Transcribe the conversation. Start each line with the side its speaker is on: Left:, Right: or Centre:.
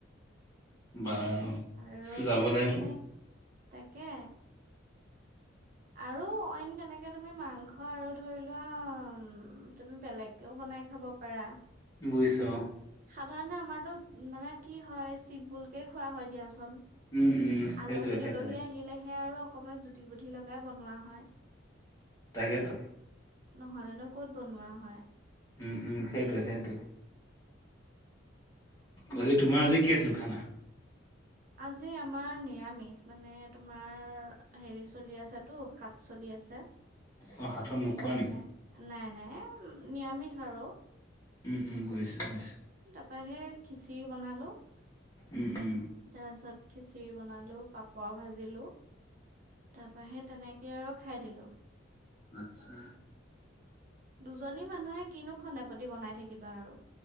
Left: বাৰু।
Right: আৰু
Left: যাব
Right: তোমাৰ
Left: লাগিব
Right: সেই তাকে। আৰু অইন তেনেকে তুমি মাংস আৰু ধৰি লোৱা তুমি বেলেগকেও বনাই খা খাব পাৰা।
Left: বুইছো অ'।
Right: সাধাৰণতে আমাৰতো উ, মানে কি হয় চিমপুলকে খোৱা হয় দিয়াচোন।
Left: উম, উম, সেইটোৱে
Right: আলহী
Left: সেইটোৱে
Right: দুলহী আহিলেহ সে আৰু অকমান জুতি বুধি লগাই বনোৱা হয়।
Left: তাকেটো
Right: নহলেনো ক'ত বনোৱা হয়।
Left: উম, উম, সেই সেইটো বাকী তোমাৰ আজি কি আছিল খানা।
Right: আজি আমাৰ নিৰামিষ মানে তোমাৰ হেৰি চলি আছেতো সাত চলি- আছে।
Left: অ', হাতত নোখোৱা
Right: সেইকাৰণে
Left: নেকি?
Right: নাই নাই নিৰামিষ আৰু
Left: উম, উ গৈছো, গৈছো।
Right: তাৰপহে খিচিৰি বনালো
Left: উম, উম,
Right: তাপিছত খিচিৰি। বনালো, পাপৰ ভাজিলো তাৰ পৰা সে তেনেকে আৰু খাই দিলো।
Left: আচ্ছা।
Right: দুজনী মানুহে কিনো খনেপতি বনাই থাকিবা আৰু